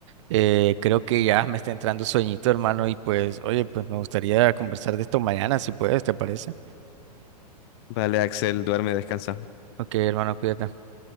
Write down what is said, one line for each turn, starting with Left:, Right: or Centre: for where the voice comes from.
Right: Eh, creo que ya me está entrando sueñito, hermano, y pues, oye, pues me gustaría conversar de esto mañana, si puedes, ¿te parece?
Left: Vale, Axel, duerme, descansa.
Right: Ok, hermano, cuídate.